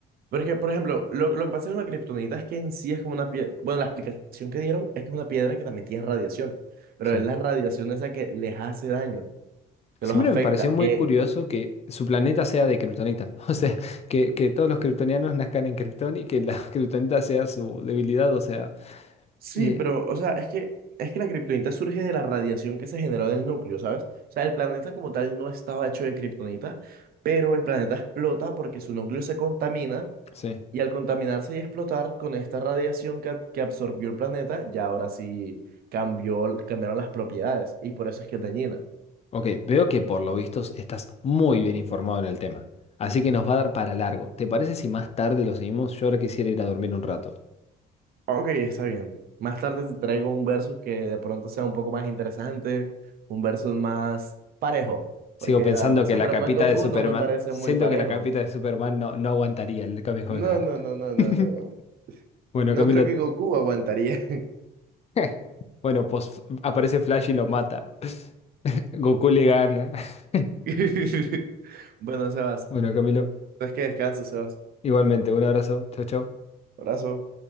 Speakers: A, on the right; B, on the left.
A: Porque, por ejemplo, lo, lo que pasa con la kriptonita es que en sí es como una piedra. Bueno, la explicación que dieron es que es una piedra que también tiene radiación, pero
B: Sí.
A: es la radiación esa que les hace daño,
B: Siempre
A: que los afecta,
B: me pareció muy
A: que
B: curioso que su planeta sea de Kryptonita. <laughs> O sea, que, que todos los kryptonianos nazcan en Krypton y que la <laughs> Kryptonita sea su debilidad. O sea,
A: Sí,
B: eh,
A: pero, o sea, es que, es que la kriptonita surge de la radiación que se generó del núcleo, ¿sabes? O sea, el planeta como tal no estaba hecho de kriptonita, pero el planeta explota porque su núcleo se contamina
B: sí.
A: y al contaminarse y explotar con esta radiación que, que absorbió el planeta, ya ahora sí cambió, cambiaron las propiedades y por eso es que es dañina.
B: Ok, veo que por lo visto estás muy bien informado en el tema. Así que nos va a dar para largo. ¿Te parece si más tarde lo seguimos? Yo ahora quisiera ir a dormir un rato.
A: Ok, está bien. Más tarde te traigo un versus que de pronto sea un poco más interesante, un versus más parejo,
B: Sigo
A: porque
B: pensando
A: la verdad Superman
B: que la capita
A: Goku
B: de Superman.
A: no me parece
B: Siento
A: muy parejo.
B: que la capita de Superman no, no aguantaría el Kamehameha.
A: No, no, no, no, no,
B: <laughs>
A: no, no.
B: Bueno,
A: No
B: Camilo,
A: creo que Goku aguantaría.
B: <laughs> Bueno, pues aparece Flash y lo mata. <laughs> Goku le gana. <laughs>
A: <laughs> Bueno, Sebas.
B: Bueno, Camilo,
A: Entonces que descanso, Sebas.
B: igualmente, un abrazo. Chau, chau.
A: Abrazo.